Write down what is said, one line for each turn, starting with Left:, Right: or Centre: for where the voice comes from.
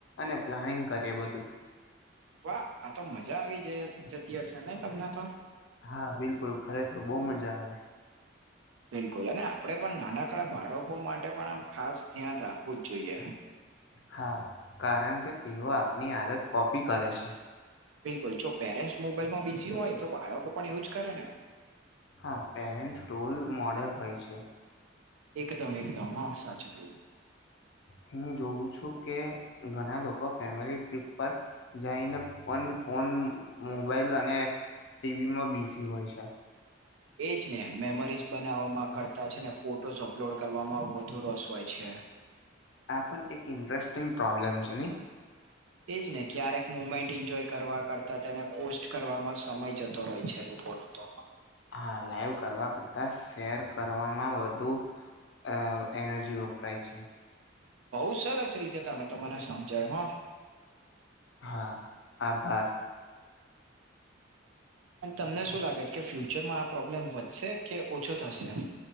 Left: અને પ્લાનિંગ કરીએ બધું.
Right: વાહ આ તો મજા આવી જ જતી હશે ને તમને તો
Left: હા બિલકુલ ખરેખર બો મજા આવે.
Right: બિલકુલ અને આપડે પણ નાનકડા બાળકો માટે પણ આમ ખાસ ધ્યાન રાખવું જ જોઈએ.
Left: હા કારણ કે તેઓ આપની આદત કોપી કરે છે.
Right: બિલકુલ જો પેરેન્ટ્સ મોબાઈલમાં બીઝી હોય તો બાળકો પણ એવું જ કરે ને.
Left: હા પેરેન્ટ્સ રોલ મોડલ હોય છે.
Right: એકદમ એકદમ હા સાચુ કહ્યું.
Left: હું જોઉ છું કે ઘણા લોકો ફેમિલી ટ્રીપ પર જઈને પણ ફોન, મોબાઈલ અને ટીવીમાં બીઝી હોય છે.
Right: એજ ને મેમરીઝ બનાવવામાં કરતા છે ને ફોટ ફોટોઝ અપલોડ કરવામાં વધુ રસ હોય છે.
Left: આ પણ એક ઇન્ટરેસ્ટિંગ પ્રોબ્લેમ છે નઈ.
Right: એજ ને ક્યારેક મુમેન્ટ એન્જોય કરવા કરતાં તેને પોસ્ટ કરવામાં સમય જતો રહેય છે લોક કોના તો?
Left: હા લાઈવ કરવા કરતાં શેર કરવામાં વધુ અ એનર્જી વપરાય છે.
Right: બઉ સરસ રીતે તમે તો મને સમજાવયુ હા.
Left: હા આભાર.
Right: અને તમને શું લાગે કે ફ્યુચરમાં આ પ્રોબ્લેમ વધશે કે ઓછો થશે?